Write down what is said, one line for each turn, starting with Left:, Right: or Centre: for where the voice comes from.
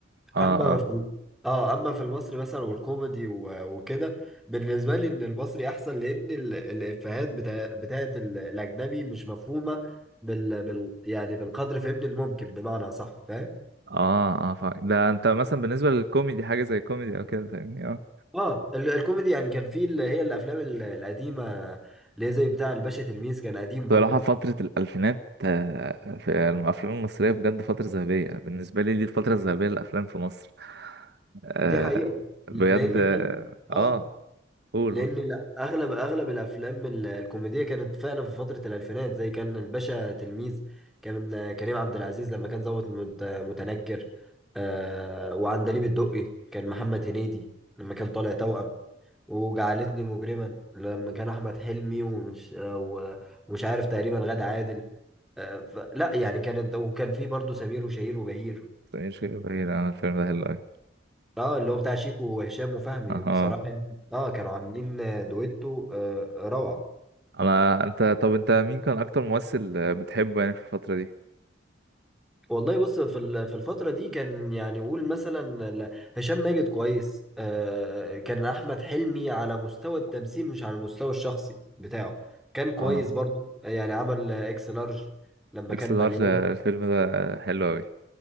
Right: اه
Centre: اما
Right: اه
Centre: في ال- اه اما في المصري مثلا والكوميدي و- وكده بالنسبه لي ان المصري احسن لان ال- الافيهات بتا... بتاعت ال- الاجنبي مش مفهومه بال... بال... يعني بالقدر فهمني الممكن بمعنى صح فاهم
Right: اه اه فا- ده انت مثلا بالنسبه للكوميدي حاجه زي كوميدي او كده فاهمني اه
Centre: اه ال... الكوميدي يعني كان في اللي هي الافلام ال- القديمه اللي هي زي بتاع الباشا تلميذ كان قديم
Right: بصراحه
Centre: برضو
Right: فتره الالفينات آه، في الافلام المصريه بجد فتره ذهبيه بالنسبه لي دي الفتره الذهبيه للافلام في مصر آه
Centre: دي حقيقه
Right: بجد
Centre: لان
Right: اه
Centre: كان اه
Right: آه، قول
Centre: لان
Right: قول
Centre: لا اغلب اغلب الافلام ال- الكوميديه كانت فعلا في فتره الالفينات زي كان الباشا تلميذ كان كريم عبد العزيز لما كان ضابط مت- متنكر آه وعندليب الدقي كان محمد هنيدي لما كان طالع توأم وجعلتني مجرما لما كان احمد حلمي ومش آه، و- ومش عارف تقريبا غادة عادل آه ف- لا يعني كانت وكان في برضه سمير وشهير وبهير
Right: مش كده بعيد، آه، الفيلم ده حلو أوي.
Centre: اه اللي هو بتاع شيكو وهشام وفهمي
Right: اها
Centre: بصراحة يعني اه كانوا عاملين آه، دويتو آه روعة
Right: انا انت طب انت مين كان اكتر ممثل آه، بتحبه يعني في الفترة دي
Centre: والله بص في ال- في الفترة دي كان يعني قول مثلا ال- هشام ماجد كويس آه آه، كان أحمد حلمي على مستوى التمثيل مش على المستوى الشخصي بتاعه كان كويس
Right: اه
Centre: برضو آه، يعني عمل آه، اكس لارج لما
Right: اكس
Centre: كان
Right: لارج
Centre: مليان
Right: آه، الفيلم ده حلو قوي